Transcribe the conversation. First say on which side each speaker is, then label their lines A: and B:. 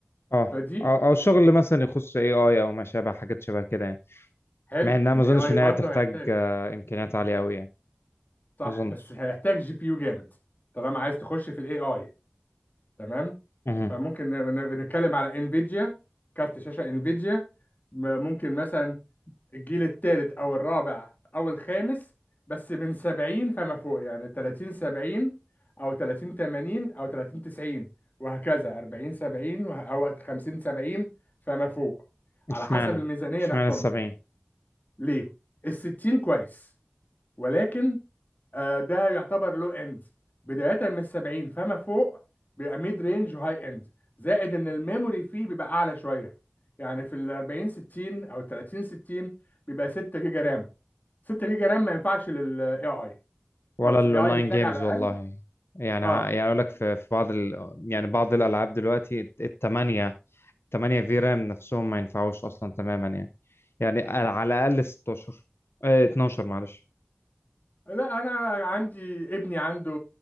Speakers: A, on the left; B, on the left.
A: اه
B: فدي
A: أو أو شغل مثلا يخص اي اي أو ما شابه حاجات شبه كده يعني
B: حلو
A: مع إنها ما
B: الاي
A: أظنش
B: اي
A: إن
B: برضه
A: هي تحتاج
B: هيحتاج
A: آه، إمكانيات عالية أوي يعني
B: صح
A: ما أظنش
B: بس هيحتاج جي بي يو جامد طالما عايز تخش في الاي اي تمام
A: مهم.
B: فممكن ن- ن- نتكلم على انفيديا كارت شاشه انفيديا م- ممكن مثلا الجيل الثالث او الرابع او الخامس بس من 70 فما فوق يعني 30 70 او 30 80 او 30 90 وهكذا 40 70 وه- او 50 70 فما فوق
A: اشمعنى
B: على حسب الميزانية
A: اشمعنى
B: نحكمها
A: السبعين
B: ليه الستين كويس ولكن آه، ده يعتبر لو اند بداية من 70 فما فوق بيبقى ميد رينج وهاي اند زائد ان الميموري فيه بيبقى اعلى شوية يعني في ال 40 60 او 30 60 بيبقى 6 جيجا رام 6 جيجا رام ما ينفعش للاي اي
A: ولا
B: خالص
A: الاونلاين
B: الاي اي بيحتاج
A: جيمز
B: على الاقل
A: والله يعني
B: اه
A: ه- يعني اقول لك في في بعض ال... يعني بعض الالعاب دلوقتي الت- التمانية التمانية في رام نفسهم ما ينفعوش اصلا تماما يعني يعني على على الاقل 16 اه 12 معلش
B: لا انا عندي ابني عنده